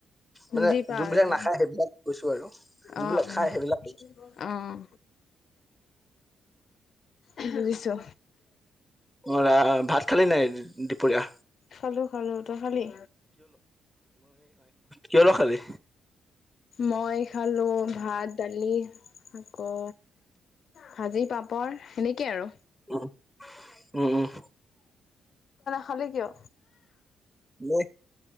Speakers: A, in the centre; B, on the left.
A: মানে
B: যি পাওঁ
A: যোনবিলাক
B: আৰু মানে
A: নাখায়, সেইবিলাক কৈছোঁ আৰু। যোনবিলাক
B: অ', উম,
A: খাই সেইবিলাক কৈছো।
B: অ'। কৰিছ
A: অ', ৰা- ভাত খালি নাই দুপৰীয়া?
B: খালোঁ খালোঁ, তই খালি?
A: কিহৰ লগত খালি?
B: মই খালোঁ ভাত, দালি, আকৌ ভাজি পাপৰ সেনেকে আৰু।
A: উম, উম উম।
B: খালি কিয়?
A: এনে